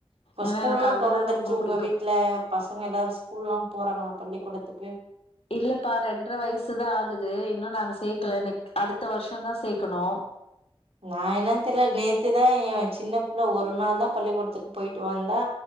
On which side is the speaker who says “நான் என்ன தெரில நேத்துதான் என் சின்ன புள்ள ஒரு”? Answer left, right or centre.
Right